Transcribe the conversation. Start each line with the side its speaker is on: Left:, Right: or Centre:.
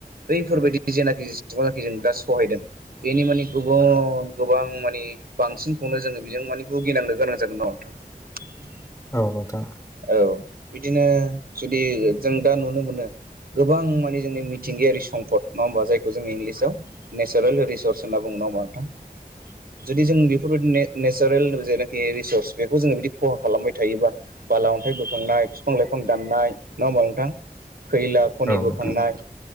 Right: बैफोर बायदि जेनाखि जेसबांनाखि जों दा सहायदों बेनि माने गुबुन गोबां माने बांसिनखौनो जोङो बेजों माने भुगिनांनो गोनां जागोन नङा होमबा नोंथां।
Left: औ नोंथां।
Right: औ बिदिनो जुदि जों दा नुनो मोनो गोबां माने जोंनि मिथिंगायारि सम्पद नङा होमबा जायखौ जों इंलिसाव नेचारेल सर्स होनना बुङो नङा होमबा नोंथां जुदि जों बेफोर बायदिनो नेचारेल जेनाखि रिसर्स बेखौ जोङो बिदि खहा खालामबाय थायोबा बाला अन्थाइ बोखांनाय फिफां लाइफां दाननाय नङा होमबा नोंथां खैला खनि
Left: औ
Right: बोखांनाय
Left: नोंथां